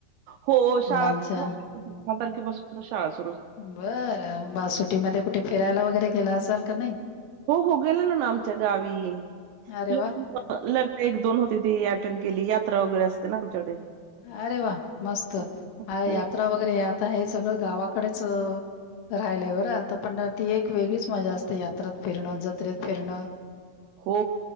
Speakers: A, on the right; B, on the left.
A: हो
B: मुलांच्या
A: शाळा सुरू झाली दहा तारखेपासूनच शाळा सु
B: बरं म सुटीमध्ये कुठे फिरायला वगैरे गेला असाल का नाही?
A: हो हो गेलेलो ना आमच्या गावी
B: अरे
A: ल
B: वा
A: लग्ना एक दोन हो ती अटेंड केली. वगैरे असते ना आमच्याकडे
B: अरे वा मस्त
A: हम्म. हो
B: यात्रा वगैरे हे आता हे सगळं गावाकडेच राहिलय बरं आता पण ती एक वेगळीच मजा असते यात्रात फिरणं, जत्रेत फिरणं.
A: हो